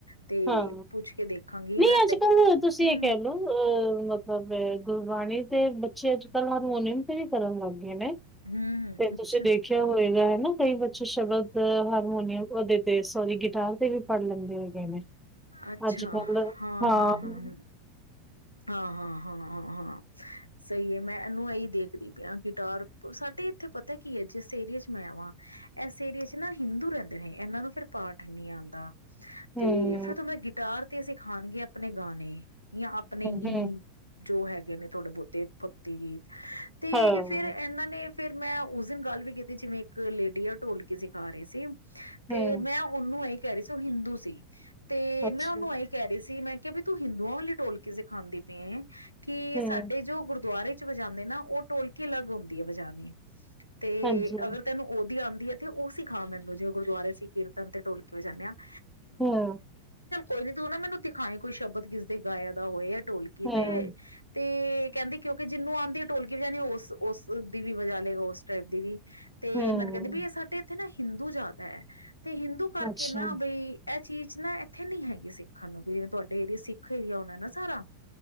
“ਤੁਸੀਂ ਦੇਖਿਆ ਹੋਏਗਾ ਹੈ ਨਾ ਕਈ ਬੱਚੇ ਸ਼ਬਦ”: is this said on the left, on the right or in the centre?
Centre